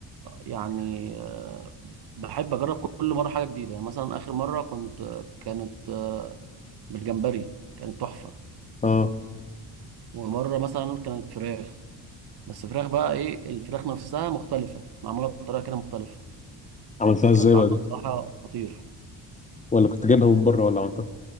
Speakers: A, on the right; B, on the left.
A: يعني آه، بحب أجرب كل مرة حاجة جديدة يعني مثلا آخر مرة كنت آه، كانت آه، بالجمبري كانت تحفة
B: اه
A: ومرة مثلا كانت فراخ بس فراخ بقى ايه الفراخ نفسها مختلفة معمولة بطريقة كده مختلفة
B: عملتها ازاي
A: كان طعمها
B: بقى دي
A: بصراحة خطير
B: ولا كنت جايبها من بره ولا عملتها